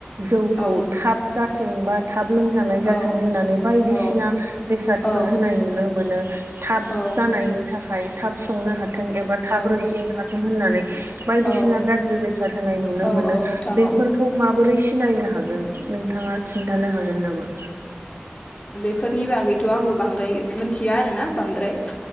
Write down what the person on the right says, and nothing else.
जौखौ
थाब जा थोंबा थाब लोंजानाय
जाथों होननानै बायदिसिना
बेसादफोर
होनाय नुनो मोनो थाब
जानाय थाखाय थाब संनो हाथों एबा थाब
रोसि ओंखारथों होननानै बायदिसिना
गाज्रि बेसाद होना नुनो
मोन
बेफोरखौ
माबोरै सिनायनो हागोन नोंथाङा खिन्थानो हागोन नामा